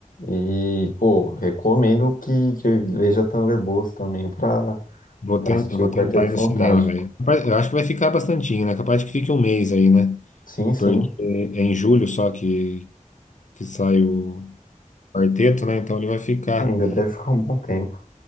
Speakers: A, on the left (about 80°); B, on the left (about 65°).
A: E, pô, recomendo que, que veja Thunderbolts também pra,
B: Vou
A: pra
B: tentar,
A: assistir
B: vou
A: o Quarteto
B: tentar ir
A: Fantástico.
B: no cinema, velho. Capaz- Eu acho que vai ficar bastantinho, né? Capaz de que fique um mês aí, né?
A: Sim, sim,
B: Porque é em julho só que, que sai o quarteto, né? Então ele vai ficar,
A: ainda deve ficar um bom tempo.